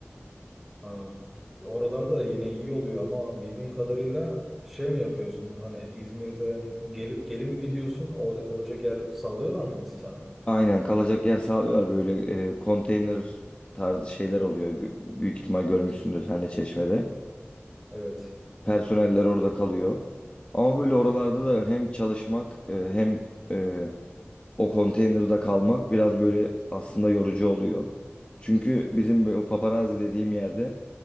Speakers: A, in the centre; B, on the left.
A: Ha. Oralarda yine iyi oluyor ama bildiğim kadarıyla şey mi yapıyorsun? Hani İzmir'den gelip geri mi gidiyorsun? Orada kalacak yer sağlıyorlar mıydı sana?
B: Aynen kalacak yer sağlıyorlar böyle e, konteyner tarzı şeyler oluyor. Gö- Büyük ihtimal görmüşsündür sen de Çeşme'de.
A: Evet.
B: Personeller orada kalıyor. Ama böyle oralarda da hem çalışmak e, hem e, o konteynerda kalmak biraz böyle aslında yorucu oluyor. Çünkü bizim bu- o paparazzi dediğim yerde